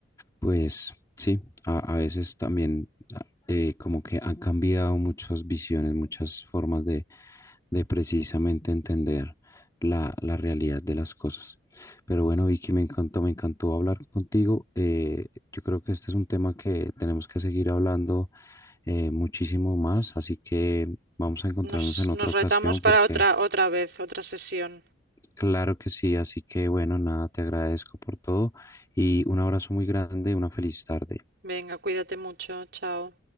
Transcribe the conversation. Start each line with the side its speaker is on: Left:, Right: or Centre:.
Left: pues sí, a, a veces también eh, como que han cambiado muchas visiones, muchas formas de, de precisamente entender la, la realidad de las cosas. Pero bueno, Vicky, me encantó, me encantó hablar contigo. Eh, yo creo que este es un tema que tenemos que seguir hablando eh, muchísimo más, así que vamos a encontrarnos
Right: Nos,
Left: en otra
Right: nos
Left: ocasión
Right: retamos
Left: porque
Right: para otra, otra vez, otra sesión.
Left: claro que sí, así que bueno, nada, te agradezco por todo y un abrazo muy grande, una feliz tarde.
Right: Venga, cuídate mucho, chao.